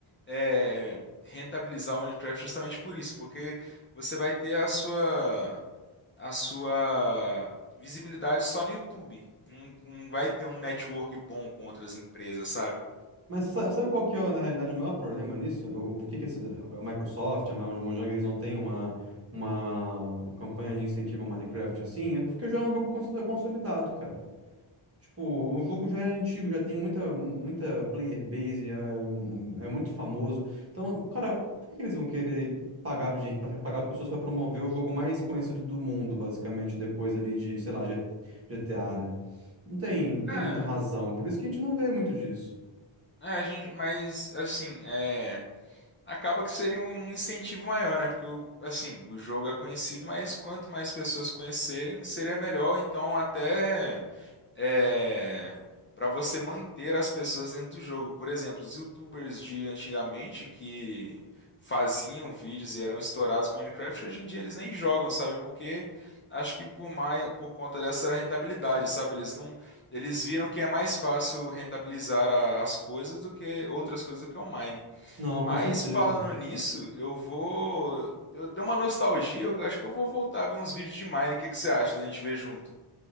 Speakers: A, on the left (about 25°); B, on the right (about 30°).
A: é, rentabilizar o Minecraft justamente por isso, porque você vai ter a sua, a sua visibilidade só no YouTube. Não, não vai ter um network bom com outras empresas, sabe?
B: Mas sa- sabe, qual que é, na realidade, o maior problema nisso? O, por que que esse- a Microsoft, a Mo- Mojang, eles não têm uma, uma campanha de incentivo ao Minecraft assim? É porque já é um jogo cons- consolidado, cara. Tipo, o jogo já é antigo, já tem muita, muita player base, é, é muito famoso. Então, cara, por que que eles vão querer pagar, gen- pra- pagar pessoas pra promover o jogo mais conhecido do mundo, basicamente, depois ali de, sei lá, G- GTA, né? Não tem, não tem
A: É,
B: muita razão. Por isso que a gente não vê muito disso.
A: É, a gente, mas assim, é, acaba que seria um incentivo maior, né? Porque o- assim, o jogo é conhecido, mas quanto mais pessoas conhecerem, seria melhor. Então, até é, para você manter as pessoas dentro do jogo. Por exemplo, os YouTubers de antigamente que faziam vídeos e eram estourados com Minecraft, hoje em dia eles nem jogam, sabe? Porque acho que por mais, por conta dessa rentabilidade, sabe? Eles não, eles viram que é mais fácil rentabilizar a- as coisas do que outras coisas do que o Mine.
B: Não,
A: Mas
B: com certeza.
A: falando nisso, eu vou Eu dei uma nostalgia, eu acho que eu vou voltar a ver uns vídeos de Mine. O que que você acha da gente ver junto?